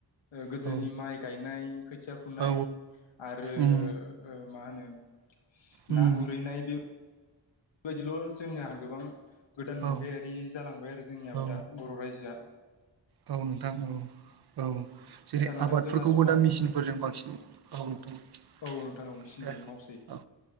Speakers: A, on the left; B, on the right.
A: गोदोनि
B: औ
A: माइ गायनाय खोथिया फुनाय
B: औ
A: आरो
B: उम
A: ओह मा होनो
B: उम
A: ना गुरहैनाय बे बेबायदिल' जोंनियाहा गोबां गोदान
B: औ
A: मुगायारि जालांबाय आरो जोंनियाबो
B: औ
A: दा बर' रायजोआ
B: औ नोंथां औ औ जेरै
A: दा नोंथां
B: आबादफोरखौबो
A: जोंना समाव
B: दा मेसिनफोरजों बांसिन औ नोंथां
A: औ नोंथां मेसिनजों
B: दे
A: मावसै
B: औ